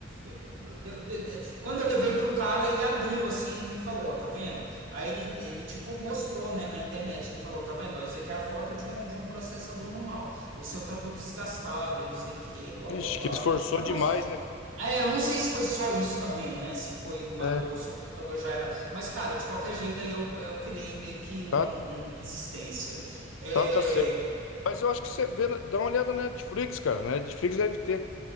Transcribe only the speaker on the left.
Vixe,
que esforçou
demais,
né?
É,
tá,
tá, tá certo. Mas eu acho que você vê, dá uma olhada na Netflix, cara, na Netflix deve ter,